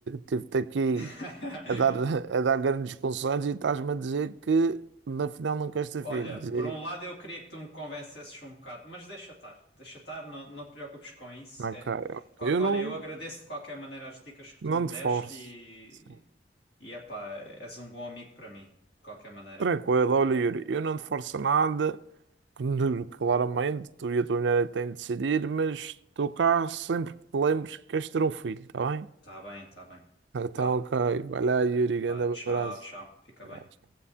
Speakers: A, on the right (about 80°); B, on the left (about 65°).
A: tive-te aqui
B: <laughs>
A: a dar, a dar grandes conselhos e estás-me a dizer que na final não queres ter
B: Olha,
A: filhos.
B: por
A: E,
B: um lado eu queria que tu me convencesses um bocado, mas deixa estar, deixa estar, não, não te preocupes com isso.
A: ok,
B: É, de
A: ok.
B: qual-
A: eu
B: olha,
A: não,
B: eu agradeço de qualquer maneira as dicas que tu
A: não
B: me
A: te
B: deste
A: forço.
B: e,
A: Sim.
B: e epá, és um bom amigo para mim, de qualquer maneira.
A: Tranquilo, olha, Yuri, eu não te forço nada. Claro, Claramente, tu e a tua mulher é que têm de decidir, mas estou cá sempre que te lembres que queres ter um filho, está bem?
B: Tá bem, tá bem.
A: Então,
B: Vá,
A: ok, vai lá, Yuri, grande
B: vá,
A: abraço.
B: tchau, tchau, fica bem.
A: Tchau.